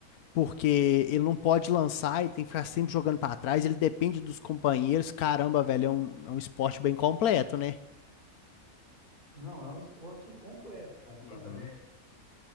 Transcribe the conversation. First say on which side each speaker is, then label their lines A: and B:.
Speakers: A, on the left; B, on the left.
A: porque ele não pode lançar, ele tem que ficar sempre jogando pra trás, ele depende dos companheiros, caramba, velho, é um, é um esporte bem completo, né?
B: Não, é um esporte completo, cara, sabe?
A: Uhum.